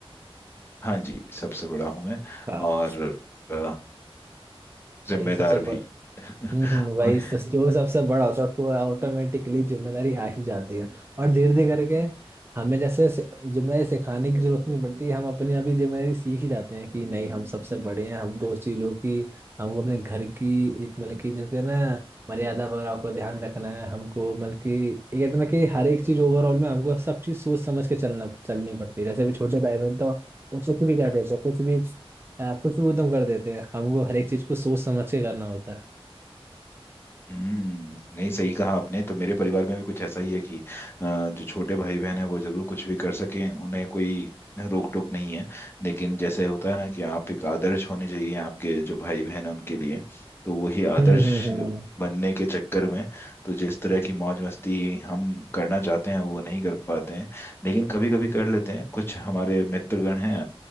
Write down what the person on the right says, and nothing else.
हाँ।
वही सबसे
हम्म वही
स- जो सबसे बड़ा होता है उसको ऑटोमेटिकली जिम्मेदारी आ ही जाती है और धीरे धीरे करके हमें जैसे से- जिम्मेदारी सिखाने की जरूरत नहीं पड़ती हम अपनी आप ही जिम्मेदारी सीख ही जाते हैं कि नहीं हम सबसे बड़े हैं हमको उस चीज़ों की हमको अपने घर की एक मतलब कि जैसे ना मर्यादा वगैरह को ध्यान रखना है हमको मतलब कि ये कहते हैं ना कि हर एक चीज़ ओवरऑल में हमको सब चीज़ सोच समझ के चलना चलनी पड़ती है जैसे अभी छोटे भाई बहन तो वो कुछ भी कर देते हैं कुछ भी अ, कुछ भी उद्यम कर देते हैं हमको हर एक चीज़ को सोच समझ के करना होता है
हम्म हम्म हम्म